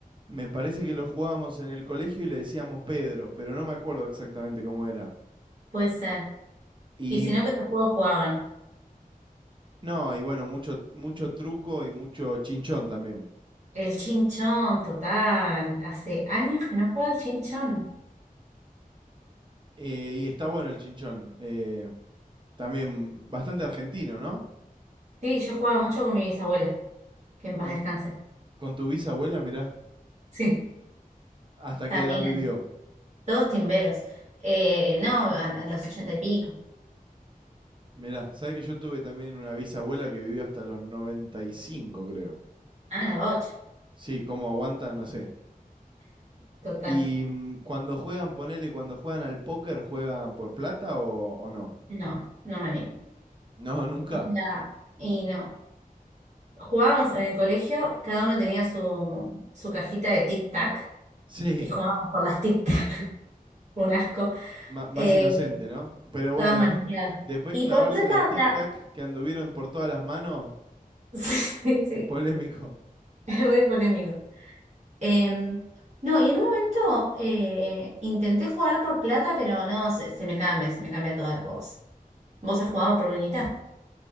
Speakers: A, on the right; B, on the right.
A: Me parece que lo jugábamos en el colegio y le decíamos Pedro, pero no me acuerdo exactamente cómo era.
B: puede ser.
A: Y
B: Y si
A: p-
B: no, ¿qué otros juegos jugaban?
A: no, y bueno, mucho, mucho truco y mucho chinchón también.
B: El chinchón, total. Hace años que no jugaba el chinchón.
A: Eh, y está bueno el chinchón. eh, también bastante argentino, ¿no?
B: Sí, yo jugaba mucho con mi bisabuela, que en paz
A: Con,
B: descanse.
A: con tu bisabuela, mirá,
B: Sí,
A: hasta
B: también.
A: qué edad vivió.
B: Todos timberos. Eh, no, a, a los ochenta y pico.
A: Mirá, sabes que yo tuve también una bisabuela que vivió hasta los 95, creo.
B: Ah, la bocha.
A: Sí, cómo aguantan, no sé.
B: Total.
A: Y mm, cuando juegan, ponele, cuando juegan al póker, ¿juegan por plata o, o no?
B: No, no me animo.
A: No, nunca.
B: O sea, y no. Jugábamos en el colegio, cada uno tenía su, su cajita de tic-tac
A: Sí,
B: y jugábamos por las tic-tac. <laughs> Un asco.
A: ma- más
B: Eh,
A: inocente, ¿no? Pero
B: todas
A: bueno,
B: manoseadas.
A: después, después
B: Y
A: clavarse
B: por plata,
A: las tic-tac
B: o sea,
A: que anduvieron por todas las manos,
B: <laughs> sí, sí, sí,
A: es polémico.
B: es re polémico. Eh, no, y en un momento eh, intenté jugar por plata, pero no, se, se me cambia, se me cambia toda la cosa. ¿Vos has
A: Eh,
B: jugado por guita?